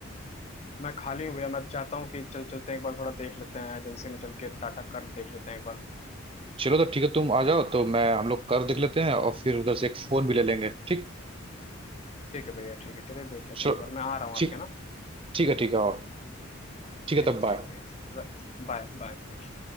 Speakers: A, on the left (about 30°); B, on the right (about 25°).
A: मैं खाली हूँ भैया मैं तो चाहता हूँ कि चल चलते हैं एक बार थोड़ा देख लेते हैं एजेंसी में चल के टाटा कर्व देख लेते हैं एक बार
B: चलो तो ठीक है तुम आ जाओ तो मैं हम लोग कर देख लेते हैं और फिर उधर से एक फोन भी ले लेंगे ठीक
A: ठीक है भैया ठीक है चलिए देख लेते
B: चलो
A: हैं एक बार मैं आ रहा हूँ
B: ठीक
A: आपके ना
B: ठीक है ठीक है और ठीक
A: ठीक
B: है तब बाय
A: ठीक है भैया बाय बाय भैया